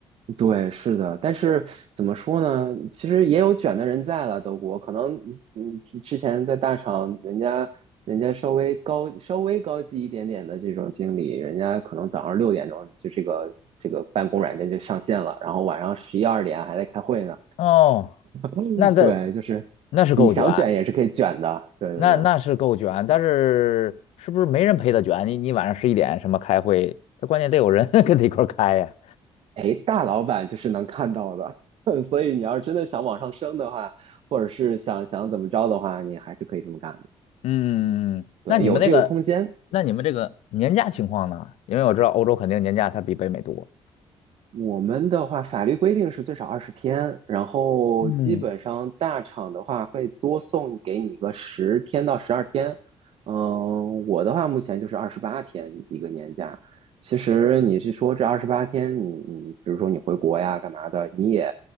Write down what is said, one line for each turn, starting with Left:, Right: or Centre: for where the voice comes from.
Right: 对，是的。但是怎么说呢？其实也有卷的人在了，德国可能，嗯，之前在大厂，人家人家稍微高稍微高级一点点的这种经理，人家可能早上六点钟就这个这个办公软件就上线了，然后晚上十一二点还在开会呢。
Left: 哦，
Right: 嗯，
Left: 那这
Right: 对，就是你想卷也是可以卷的，
Left: 那是够卷，
Right: 对对对。
Left: 那那是够卷，但是是不是没人陪他卷？你你晚上十一点什么开会，他关键得有人 <laughs> 跟他一块儿开呀。
Right: 哎，大老板就是能看到的，<laughs> 所以你要是真的想往上升的话，或者是想想怎么着的话，你还是可以这么干的。
Left: 嗯，嗯嗯那你们那个，
Right: 对，有这个空间，
Left: 那你们这个年假情况呢？因为我知道欧洲肯定年假它比北美多。
Right: 我们的话，法律规定是最少二十天，然后基本上大厂的话会多送给你个十天到十二天。
Left: 嗯，
Right: 嗯，我的话目前就是二十八天一个年假。其实你是说这二十八天，你你比如说你回国呀干嘛的，你也